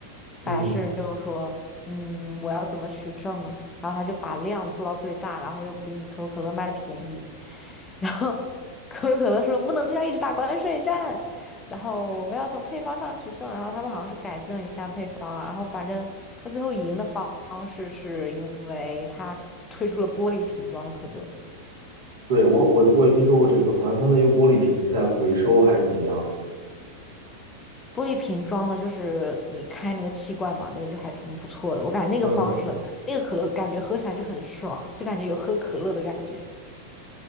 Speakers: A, on the left; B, on the right.
A: 百事就是说，
B: 嗯，
A: 嗯，我要怎么取胜呢？然后他就把量做到最大，然后又比你可口可乐卖的便宜。然后可口可乐说不能这样一直打关税战，然后我们要从配方上取胜。然后他们好像是改进了一下配方啊然后反正他最后赢的方方式是因为他推出了玻璃瓶装的可乐。
B: 对，我我我也听说过这个，好像他们用玻璃瓶在回收还是怎么样。
A: 玻璃瓶装的，就是你开那个气罐嘛，那个就还挺不错的。我感觉那个方式了，
B: 嗯，
A: 那个可乐感觉喝起来就很爽，就感觉有喝可乐的感觉。